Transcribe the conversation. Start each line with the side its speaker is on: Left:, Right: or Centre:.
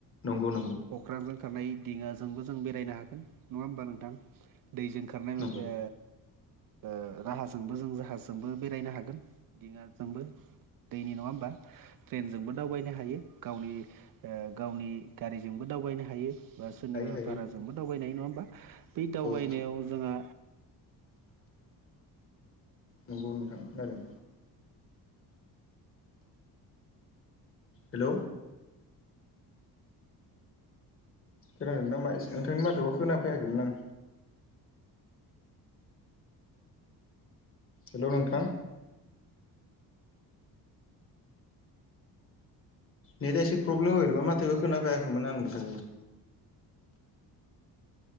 Left: नंगौ नंगौ
Right: ओ अख्रांजों खारनाय दिङाजोंबो जों बेरायनो हागोन नङा होमबा नों थां? दैजों खारनाय ओ
Left: नंगौ
Right: ओ राहाजोंबो जाहाज जों बेरायनो हागोन दिङा जोंबो दैनि नङा होमबा? ट्रेनजोंबो दावबायनो हायो गावनि ओ गावनि गारिजोंबो दावबायनो हायो। बा सोरनिबा
Left: हायो हायो
Right: भाराजोंबो दावबायनो हायो नङा होमबा? बै दावबायनायाव
Left: औ
Right: जोङा
Left: नंगौ नोंथां खोनादों। हेल खोनादों नामा नोंथांनि माथोखौ खोनाफायाखैमोन आं। हेल नोंथां। नेटआ एसे प्रब्लेम होबय नामा माथो खोनाफैयाखैमोन आं नोंथांनि।